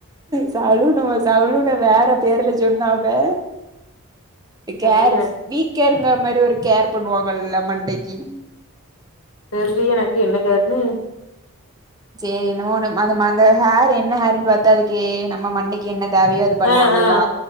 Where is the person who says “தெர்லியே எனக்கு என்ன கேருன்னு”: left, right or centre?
Left